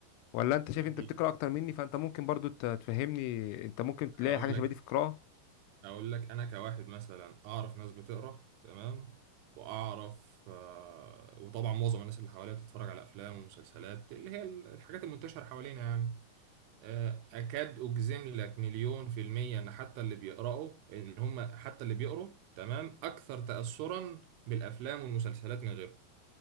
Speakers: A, on the left (about 85°); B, on the right (about 80°).
A: ولا انت شايف
B: أكيد
A: انت بتقرا اكتر مني فانت ممكن برضو ت- تفهمني انت ممكن تلاقي
B: أقول
A: حاجه شبه
B: لك
A: دي في القراءه
B: اقول لك انا كواحد مثلا اعرف ناس بتقرا تمام واعرف آه، وطبعا معظم الناس اللي حواليا بتتفرج على افلام ومسلسلات اللي هي الحاجات المنتشره حوالينا يعني آه، اكاد اجزم لك مليون في الميه ان حتى اللي بيقراوا ان هم حتى اللي بيقروا تمام اكثر تاثرا بالافلام والمسلسلات من غيرهم